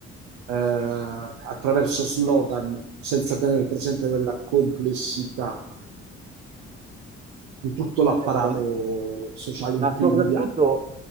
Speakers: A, on the right; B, on the right.
A: eh, attraverso slogan senza tenere presente della complessità di tutto l'apparato
B: certo.
A: sociale in
B: Ma
A: cui
B: soprattutto,
A: viviamo.